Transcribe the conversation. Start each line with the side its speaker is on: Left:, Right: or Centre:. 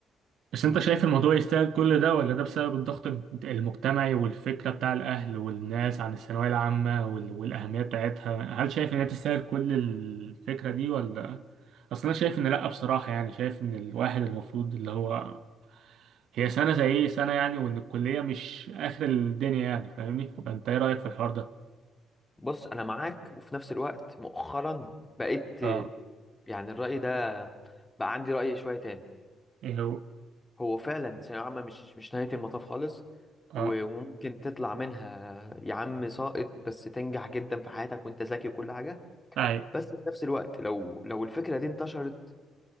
Right: بس
Left: مم.
Right: أنت شايف الموضوع يستاهل كل ده ولا ده بسبب الضغط المجتمعي والفكرة بتاع الأهل والناس عن الثانوية العامة وال- والأهمية بتاعتها هل شايف إن هي تستاهل كل الفكرة دي ولا أصل أنا شايف إن لأ بصراحة يعني شايف إن الواحد المفروض اللي هو هي سنة زي أي سنة يعني وإن الكلية مش آخر الدنيا يعني فاهمني فأنت إيه رأيك في الحوار ده؟
Left: بص انا معاك وفي نفس الوقت مؤخرا بقيت
Right: أه
Left: يعني الرأي ده بقى عندي رأي شوية تاني
Right: إيه هو
Left: هو فعلا ثانوية عامة مش مش نهاية المطاف خالص
Right: أه
Left: و- وممكن تطلع منها يا عم ساقط بس تنجح جدا في حياتك وانت ذكي وكل حاجة
Right: أي
Left: بس في نفس الوقت لو لو الفكره دي انتشرت